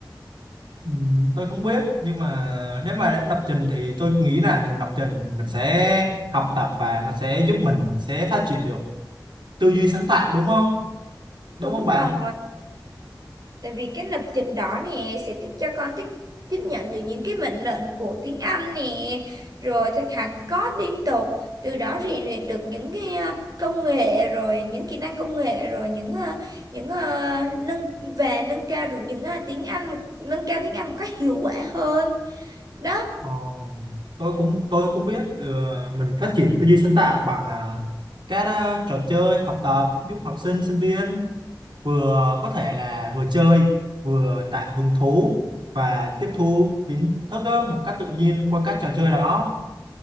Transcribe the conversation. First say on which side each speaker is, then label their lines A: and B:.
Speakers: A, on the right; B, on the right.
A: Ừ, tôi không biết nhưng mà nếu mà đã lập trình thì tôi nghĩ là mình lập trình mình sẽ học tập và nó sẽ giúp mình sẽ phát triển được tư duy sáng tạo đúng không đúng
B: Đúng
A: không bạn
B: rồi, tại vì cái lập trình đó nè sẽ tiếp cho con tiếp tiếp nhận được những cái mệnh lệnh của tiếng Anh nè, rồi thực hành code liên tục, từ đó rèn luyện được những cái à, công nghệ rồi những kỹ năng công nghệ rồi những à, những à, nâng về nâng cao được những à, tiếng Anh, nâng cao tiếng Anh một cách hiệu quả hơn đó
A: Ờ, tôi cũng tôi cũng biết ừ, mình phát triển tư duy sáng tạo bằng à, các à, trò chơi học tập giúp học sinh sinh viên vừa có thể là vừa chơi vừa tạo hứng thú và tiếp thu kiến thức á, một cách tự nhiên qua các trò chơi đó